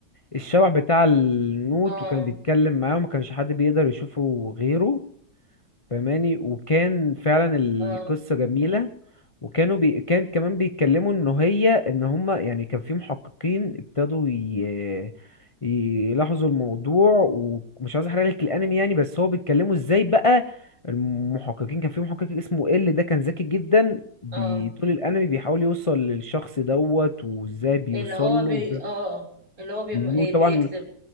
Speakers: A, on the left; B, on the right.
A: الشبح بتاع النوت
B: اه
A: وكان بيتكلم معاه وما كانش حد بيقدر يشوفه غيره فماني وكان فعلا القصة
B: اه
A: جميلة وكانوا بي... كان كمان بيتكلموا ان هي ان هما يعني كان في محققين ابتدوا ي... يلاحظوا الموضوع ومش عايز احرق لك الانمي يعني بس هو بيتكلموا ازاي بقى المحققين كان في محقق اسمه ال ده كان ذكي جدا بي...
B: اه
A: طول الانمي بيحاول يوصل للشخص دوت وازاي بيوصل
B: اللي هو بي
A: له وازاي
B: اه آه. اللي هو بي...
A: النوت
B: إيه،
A: طبعا
B: بيكتب